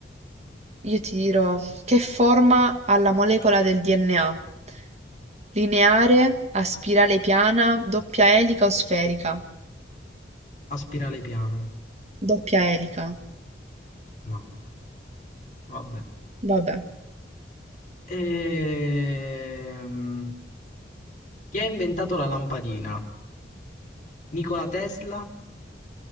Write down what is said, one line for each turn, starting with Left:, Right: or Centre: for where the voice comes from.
Right: io ti dirò, che forma ha la molecola del DNA? Lineare, a spirale piana, doppia elica o sferica?
Left: A spirale piana.
Right: Doppia elica.
Left: No, vabbè.
Right: Vabbè.
Left: Ehm, Chi ha inventato la lampadina? Nikola Tesla,